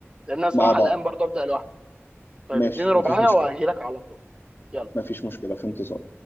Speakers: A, on the right; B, on the left.
A: لان انا صراحه
B: مع بعض
A: الان برضو ابدا لوحدي طيب
B: ماشي
A: اديني ربعايه
B: مفيش مشكله
A: وهجيلك على طول يلا
B: مفيش مشكله في انتظار